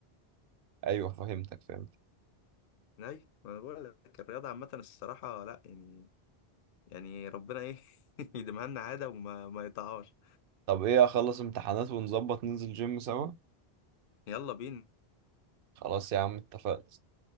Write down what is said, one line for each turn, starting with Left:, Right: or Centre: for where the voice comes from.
Right: ايوه فهمتك فهمت
Left: اي ما أنا بقول لك الرياضه عامه الصراحه لا يعني يعني ربنا ايه <laughs> يديمها لنا عاده وما ما يقطعهاش
Right: طب ايه اخلص امتحانات ونظبط ننزل جيم سوا
Left: يلا بينا
Right: خلاص يا عم اتفقنا